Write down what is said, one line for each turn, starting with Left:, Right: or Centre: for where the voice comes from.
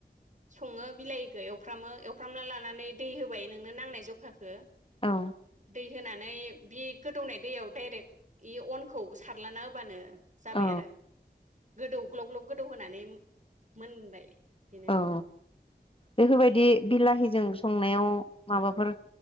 Right: सङो बिलाइखौ एवफ्रामो एवफ्रामना लानानै दै होबाय नोंनो नांनाय जखाखो
Left: औ
Right: दै होनानै बि गोदौनाय दैयाव डाइरेक्ट इ अनखौ सारलाना होबानो। जाबाय
Left: औ।
Right: आरो गोदौ ग्लब ग्लब गोदौ होनानै मोनबाय। बिदिनो
Left: औ बेफोरबायदि बिलाहिजों स संनायाव माबाफोर